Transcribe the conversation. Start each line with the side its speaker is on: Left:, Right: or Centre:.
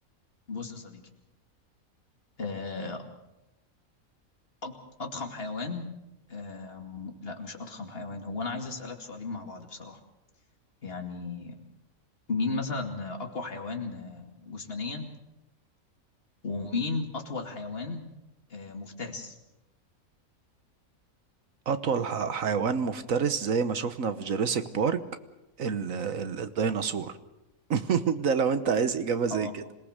Left: بص يا صديقي آه، أض- اضخم حيوان آه، م- لا مش اضخم حيوان هو انا عايز اسالك سؤالين مع بعض بصراحه يعني مين مثلا اقوى حيوان آه، جسمانيا ومين اطول حيوان آه، مفترس
Right: اطول ح- حيوان مفترس زي ما شفنا في جوراسيك بارك ال... ال... الديناصور <laughs> ده لو انت عايز اجابه زي
Left: اه
Right: كده